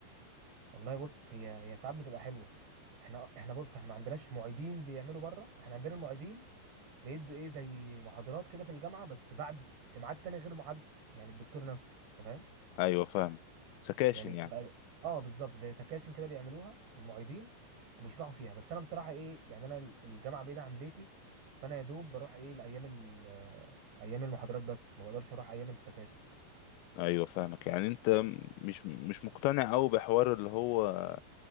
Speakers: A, on the right; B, on the left.
A: والله بص هي هي ساعات بتبقى حلوه احنا احنا بص احنا ما عندناش معيدين بيعملوا بره احنا عندنا المعيدين بيدوا ايه زي محاضرات كده في الجامعه بس بعد في ميعاد تاني غير ميعاد يعني الدكتور نفسه انت فاهم
B: ايوه فاهم سكاشن
A: يعني بتبقى
B: يعني
A: اه بالظبط زي سكاشن كده بيعملوها المعيدين وبيشرحوا فيها بس انا بصراحه ايه يعني انا الجامعه بعيده عن بيتي فانا يا دوب بروح ايه لايام ال- آه، ايام المحاضرات بس ما بقدرش اروح ايام السكاشن
B: ايوه فاهمك يعني انت مش مش مقتنع قوي بحوار اللي هو